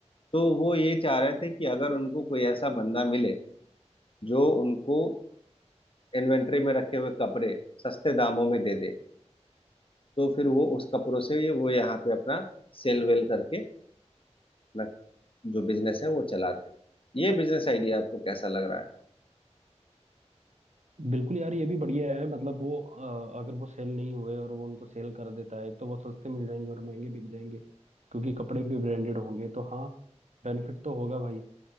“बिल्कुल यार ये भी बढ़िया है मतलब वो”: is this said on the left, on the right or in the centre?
Right